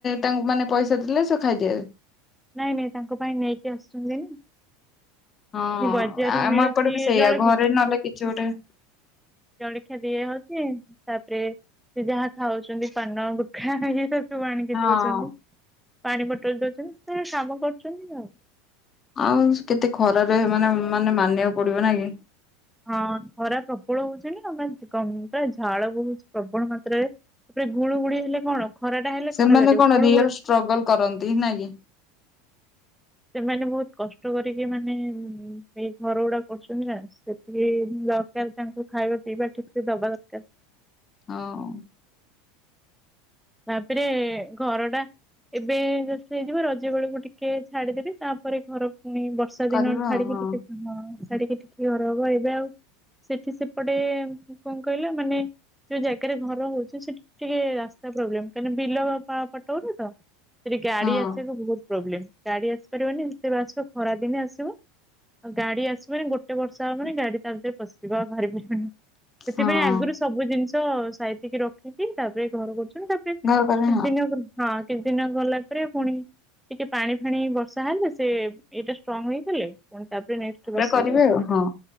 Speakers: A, on the left; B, in the centre.
A: ତାଙ୍କୁ ମାନେ ପଇସା ଦେଲେ ସେ ଖାଇଦିଆ।
B: ନାଇଁ ନାଇଁ ତାଙ୍କ ପାଇଁ ନେଇକି ଆସୁଛନ୍ତି ନା।
A: ହଁ
B: ବଜାରରୁ
A: ଆମ
B: ମିଳୁଛି
A: ଏପଟେ ବି ସେଇଆ
B: ଜଳଖିଆ
A: ଘରେ ନହେଲେ କିଛି ଗୋଟେ
B: ଜଳଖିଆ ଦିଏ ହଉ ତାପରେ ସେ ଯାହା ଖାଉଛନ୍ତି ପାନ ଗୁଟା ଇଏ ର ସୁ ଆଣିକି
A: ହଁ
B: ଦଉଛନ୍ତି ପାଣି ବୋଟଲ ଦଉଛନ୍ତି ସେ କାମ କରୁଛନ୍ତି ଆଉ।
A: ଆଉ କେତେ ଖରାରେ ମାନେ ମାନେ ମାନିବାକୁ ପଡିବ ନା କି?
B: ହଁ ଖରା ପ୍ରବଳ ହଉଚନି ଆମୋ ଝାଳ ବହୁଛି ପ୍ରବଳ ମାତ୍ରାରେ। ଏଟ ଗୁ ଗୁଡି ହେଲେ କଣ ଖରା ଟା ହେଲେ
A: ସେମାନେ
B: ଖରା କାଟିବ
A: କଣ
B: ଗୁଳୁ
A: ରିଏଲ
B: ଗୁଳି
A: ଷ୍ଟ୍ରଗଲ କରନ୍ତି ନ କିି?
B: ସେମାନେ ବହୁତ କଷ୍ଟ କରିକି ମାନେ ଏଇ ଘର ଗୁଡା କରଛନ୍ତି ନା, ସେଥିପାଇଁ। ସେ ଦରକାର ତାଙ୍କୁ ଖାଇବା ପିଇବା ଠିକ ସେ ଦବା ଦରକାର।
A: ହଁ
B: ତାପରେ ଘର ଟା ଏବେ <unintelligible> ହେଇଯିବ ରଜ ବେଳକୁ ଟିକେ ଛାଡିଦେବେ ତାପର ଘର ପୁନି ବ ବର୍ଷା
A: କରିବା
B: ଦିନ ଛାଡିକି
A: ଆଉ ହଁ
B: ଟିକେ ଛାଡିକି ଟିକେ ଘର ହବ ଏବେ ଆଉ। ସେଠି ସେପଟେ କଣ କହିଲା ମାନେ ଯୋଉ ଜାଗାରେ ଘର ହଉଛି ସେଠି ଟିକେ ରାସ ପ୍ରବ୍ଲେ କାଁ ବିଲ ପଟଉନ ତ ସେଠି ଗାଡି
A: ହଁ
B: ଆସିବାକୁ ବହୁତ ପ୍ରୋବ୍ଳବମ। ଗାଡି ଆସିପାରିବନି ଯେତେବେଳେ ତେବେ ଆସିବ ଖରା ଦିନେ ଆସିବ। ଆଉ ଗାଡି ଆସିବନି ଗୋଟେ ବର୍ଷ ହବାନି ଗାଡି ତା ଭିତରେ ପଶିିବ ଆଉ ପାରିବନି। ସେଥିପାଇଁ
A: ହଁ
B: ଆଗରୁ ସବୁ ଜିନିଷ ସାଇତିକି ରଖିକି ତାପରେ ଘର କରୁଚୁ। କିଛି
A: ଘର କଲେ
B: ଦିନ ହଁ କିଛି ଦିନ ଗଲା ପରେ ପୁଣି ଟିକେ ପାଣି ଫାଣି ବର୍ଷା ହେଲେ ସେ ଏଇଟା ଷ୍ଟ୍ରଙ୍ଗ ହେଇଗଲେ ପୁଣି ତାପରେ ନେଷ୍ଟ ବସେଇବୁ।
A: କରିବେ ଆଉ ହଁ।